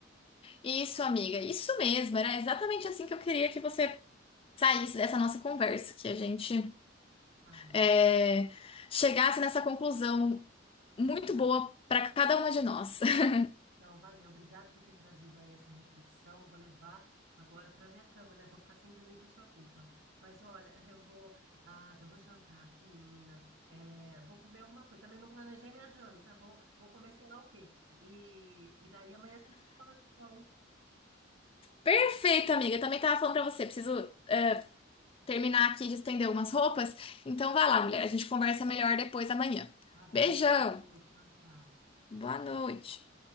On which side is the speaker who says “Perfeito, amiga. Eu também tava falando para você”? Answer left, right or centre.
Left